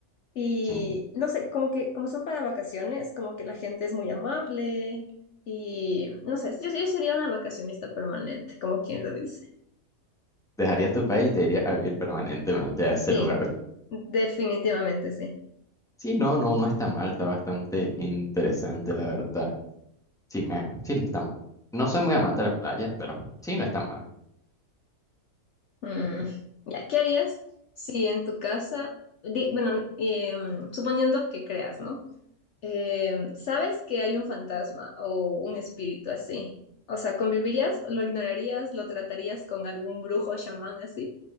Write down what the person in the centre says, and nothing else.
Sí.
Dejarías tu país y te irías a vivir permanentemente a ese
lugar.
Sí, no, no, no está mal, está bastante interesante, la verdad. Sí, me, sí, no está mal. No soy muy amante de la playa, pero sí, no está mal.